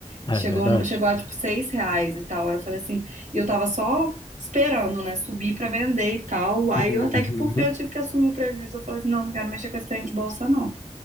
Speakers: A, on the left; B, on the right.
A: É
B: Chegou,
A: verdade.
B: no- chegou a tipo 6 reais e tal. Aí eu falei assim, e eu tava só esperando, né, subir pra vender e tal. Aí
A: Uhum.
B: eu até que por fim eu tive que assumir o prejuízo. Eu falei assim, não, não quero mexer com esse trem de bolsa, não.